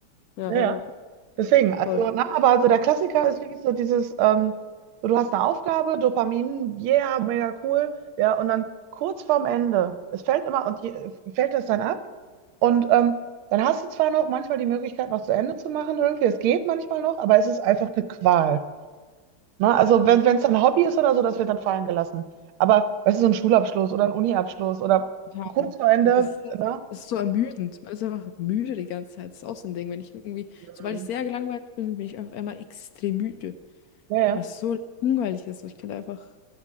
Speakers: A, on the left; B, on the right.
A: Ja,
B: Naja,
A: ja, ja.
B: deswegen, also,
A: Voll.
B: na, aber also der Klassiker ist wirklich so dieses, ähm, so, du hast eine Aufgabe, Dopamin, yeah, mega cool, ja, und dann kurz vorm Ende, es fällt immer, und je, fällt das dann ab? Und ähm, dann hast du zwar noch manchmal die Möglichkeit, noch zu Ende zu machen irgendwie, es geht manchmal noch, aber es ist einfach eine Qual. Ne? Also wenn
A: Ja,
B: wenn es dann Hobby ist oder so, das wird dann fallen gelassen. Aber weißt du, so ein Schulabschluss oder ein Uniabschluss oder
A: total.
B: kurz vor Ende,
A: Also es ist,
B: ne?
A: es ist so ermüdend. Man ist einfach müde die ganze Zeit. Das ist auch so ein Ding. Wenn ich irgendwie,
B: Mhm.
A: sobald ich sehr gelangweilt bin, bin ich auf einmal extrem müde.
B: Ja, ja,
A: Was so langweilig ist. So, ich könnte einfach.